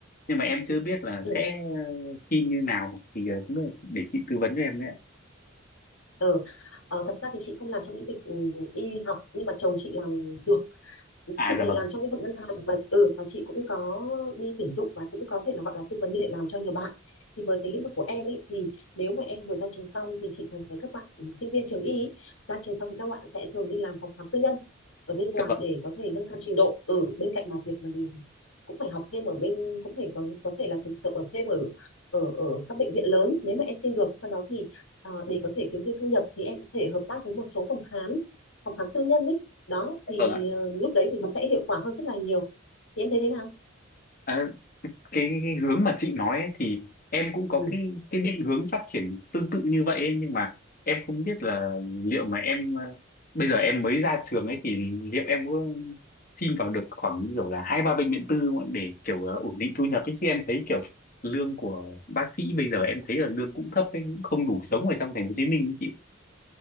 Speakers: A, on the left (about 45°); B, on the left (about 80°).
A: nhưng mà em chưa biết là
B: ừ.
A: sẽ ờ, xin như nào thì ờ, không biết là để chị tư vấn cho em đấy ạ.
B: Ờ, Ờ, thật ra thì chị không làm trong lĩnh vực ừ, y học nhưng mà chồng chị làm dược
A: À
B: chị
A: dạ
B: thì
A: vâng,
B: làm trong lĩnh vực ngân hàng và ừ và chị cũng có đi tuyển dụng và cũng có thể là gọi là tư vấn việc làm cho nhiều bạn thì với cái lĩnh vực của em ấy thì nếu mà em vừa ra trường xong thì chị thường thấy các bạn ừ, sinh viên trường y ý, ra trường xong thì các bạn sẽ thường đi làm phòng khám tư nhân ở bên ngoài
A: dạ vâng,
B: để có thể nâng cao trình độ ở ừ, bên cạnh mà việc mà mình cũng phải học thêm ở bên cũng phải có có thể là thực tập ở thêm ở ở ở các bệnh viện lớn nếu mà em xin được sau đó thì à, để có thể kiếm thêm thu nhập thì em có thể hợp tác với một số phòng khám phòng khám tư nhân ý đó
A: dạ
B: thì
A: vâng ạ.
B: ờ, lúc đấy thì nó sẽ hiệu quả hơn rất là nhiều thì em thấy thế nào
A: À, cái, cái hướng mà chị nói ấy, thì em cũng có
B: Ừ.
A: cái cái định hướng phát triển tương tự như vậy ấy, nhưng mà em không biết là liệu mà em ờ, bây giờ em mới ra trường ấy thì liệu em có xin vào được khoảng như kiểu là hai ba bệnh viện tư không ạ? để kiểu ờ, ổn định thu nhập ấy chứ em thấy kiểu lương của bác sĩ bây giờ em thấy là lương cũng thấp ấy, cũng không đủ sống ở trong thành phố Hồ Chí Minh ấy chị.